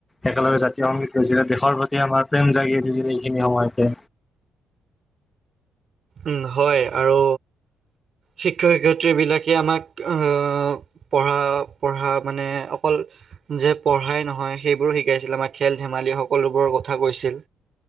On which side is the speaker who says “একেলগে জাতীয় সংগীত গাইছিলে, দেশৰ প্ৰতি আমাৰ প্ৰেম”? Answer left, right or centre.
Left